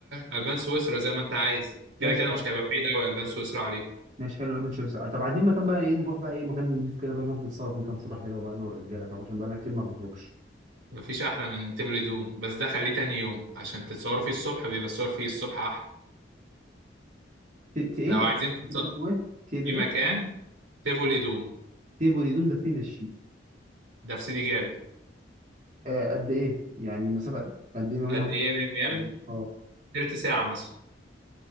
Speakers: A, on the right; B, on the right.
A: البان سويسرا زي ما انت عايز كده
B: ماشي
A: كده
B: خ...
A: مش هيبقى بعيد قوي البان سويسرا عليكم
B: ماشي حلو قبل شويه ساعه طب عايزين مكان بقى ايه نروح بقى ايه مكان نضيف كده بقى نروح نتصور فيه كام صوره حلوه بقى انا والرجاله فاهم عشان بقى لنا كتير ما بنخرجش
A: مفيش احلى من تبل دوم بس ده خليه تاني يوم عشان تتصوروا فيه الصبح بيبقى الصور فيه الصبح احلى
B: ت... ت... ايه
A: لو عايزين تتصور
B: اسمه ايه تيب
A: في
B: ايه
A: مكان تيفولي دوم
B: تيب الهدوم ده فين الشيء
A: ده في سيدي جابر
B: آه قد ايه يعني مسافه قد ايه ما بينهم
A: قد ايه من ميامي
B: او اه
A: تلت ساعة مثلا